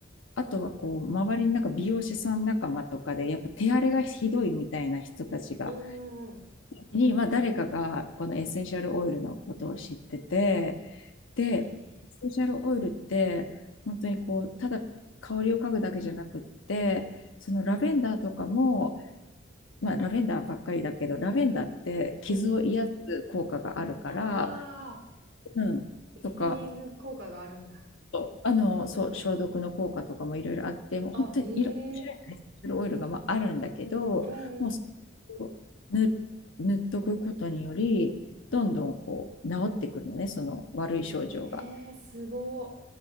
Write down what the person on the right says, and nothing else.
うん、うん。
ええ、
うん。ああ、
ヒヒーリング効果があるんだ。
あ、ええ、うん、
うん。
ええ、すご